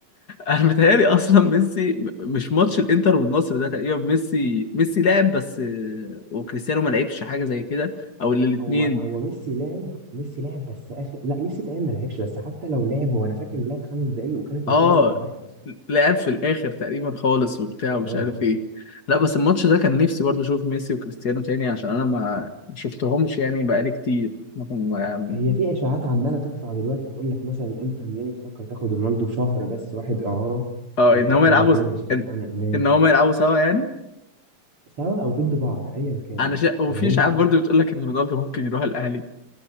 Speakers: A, on the left; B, on the right.
A: انا متهيألي اصلا ميسي م- مش ماتش الانتر والنصر ده تقريبا ميسي ميسي لعب بس آه، وكريستيانو ما لعبش حاجه زي كده او الاثنين
B: هو هو ميسي لاعب ميسي لاعب بس اخر لا ميسي تقريبا ما لعبش بس حتى لو لعب هو انا فاكر انه لعب خمس دقايق وكانت
A: اه
B: النتيجة 6-1 اصلا
A: لعب في الاخر تقريبا خالص وبتاع ومش
B: اه
A: عارف ايه لا بس الماتش ده كان نفسي برضه اشوف ميسي وكريستيانو تاني عشان انا ما ما شفتهمش يعني بقالي كتير ما- ما-
B: هي في اشاعات عمالة تطلع دلوقتي تقول لك مثلا انتر ميامي بتفكر تاخد رونالدو شهر بس واحد اعارة
A: اه
B: وترجعه
A: ان هم يلعبوا
B: تاني عشان كاس
A: ان
B: عالم انديه
A: إن هم يلعبوا سوا يعني
B: سوا او ضد بعض ايا كان
A: انا شا... وفي
B: فاهم
A: اشاعات برضه بتقول لك ان رونالدو ممكن يروح الاهلي